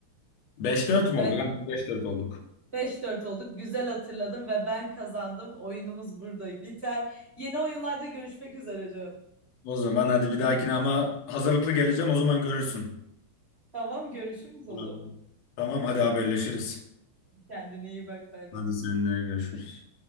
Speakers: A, on the left; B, on the right.
A: Beş dört mü
B: ben
A: olduk? Aynen, 5-4 olduk.
B: beş dört olduk. Güzel hatırladım ve ben kazandım. Oyunumuz burada biter. Yeni oyunlarda görüşmek üzere canım.
A: O zaman hadi bir dahakine ama hazırlıklı geleceğim o zaman görürsün.
B: Tamam görüşürüz
A: Olur.
B: o zaman.
A: Tamam hadi haberleşiriz.
B: Kendine iyi bak bay
A: Hadi
B: bay.
A: seninle görüşürüz.